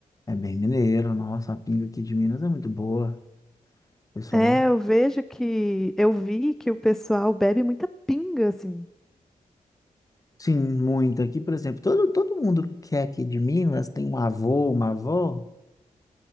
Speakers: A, on the left; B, in the centre.
A: É bem mineiro, nossa, a pinga aqui de Minas é muito boa, pessoal.
B: É, eu vejo que, eu vi que o pessoal bebe muita pinga, assim.
A: Sim, muito. Aqui, por exemplo, todo, todo mundo que é aqui de Minas tem um avô, uma avó.